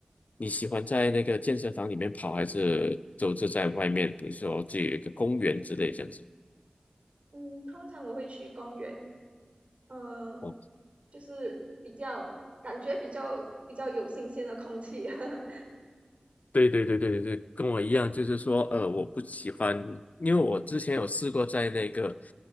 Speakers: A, on the left; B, on the right.
A: 你喜欢在那个健身房里面跑，还是都是在外面，比如说这有一个公园之类这样子？
B: 嗯，通常我会去公园，嗯、
A: 哦。
B: 就是比较感觉比较比较有新鲜的空气。<laughs>
A: 对对对对对，对，跟我一样，就是说，呃，我不喜欢，因为我之前有试过在那个